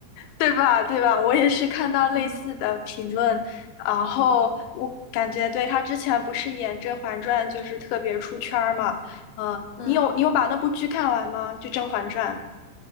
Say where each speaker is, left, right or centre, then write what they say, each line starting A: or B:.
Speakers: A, on the left; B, on the left.
A: 对吧？对吧？我也是看到类似的评论，
B: 嗯
A: 然后我感觉对他之前不是演《甄嬛传》就是特别出圈儿嘛，
B: 嗯
A: 嗯，
B: 嗯，
A: 你有你有把那部剧看完吗？就《甄嬛传》。